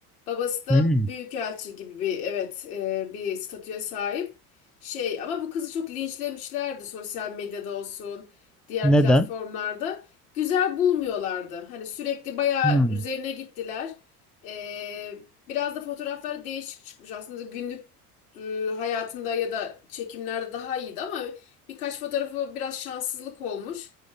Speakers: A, on the left; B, in the centre.
A: Babası da
B: Hmm.
A: büyükelçi gibi bir evet e, bir statüye sahip. Şey ama bu kızı çok linçlemişlerdi sosyal medyada olsun diğer
B: Neden?
A: platformlarda. Güzel bulmuyorlardı. Hani sürekli bayağı
B: Hmm.
A: üzerine gittiler. Ee, biraz da fotoğraflar değişik çıkmış. Aslında günlük e, hayatında ya da çekimlerde daha iyiydi ama birkaç fotoğrafı biraz şanssızlık olmuş.